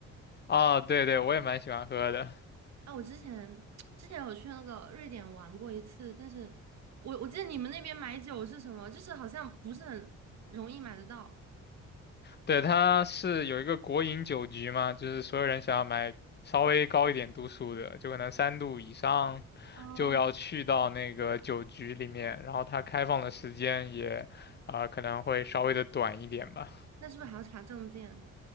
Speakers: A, on the left; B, on the right.
A: 啊。对对，我也蛮喜欢喝的。
B: 啊，我之前之前有去那个瑞典玩过一次，但是我我记得你们那边买酒是什么，就是好像不是很容易买得到，
A: 对，它是有一个国营酒局嘛，就是所有人想要买稍微高一点度数的，就可能三度以上，
B: 哦，
A: 就要去到那个酒局里面。然后它开放的时间也，啊可能会稍微的短一点吧。
B: 那是不是还要查证件？